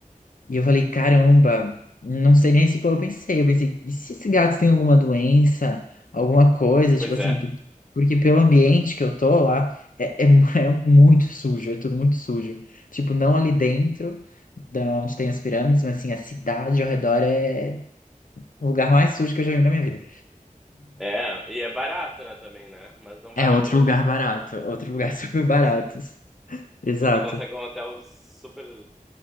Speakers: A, on the left; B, in the centre.
A: E eu falei, caramba, não sei nem se como eu pensei. Eu pensei, e se esse gato tem alguma doença, alguma coisa,
B: pois
A: tipo assim,
B: é.
A: por- porque pelo ambiente que eu tô lá, é, é, mu- <laughs> é muito sujo, é tudo muito sujo. Tipo, não ali dentro, da onde tem as pirâmides, mas assim, a cidade ao redor é o lugar mais sujo que eu já vi na minha vida.
B: É, e é barato, né, também, né, mas não vale
A: É outro
B: a pena,
A: lugar
B: não.
A: barato, outro lugar <laughs> super barato.
B: Não senti
A: Exato.
B: você consegue um hotel super,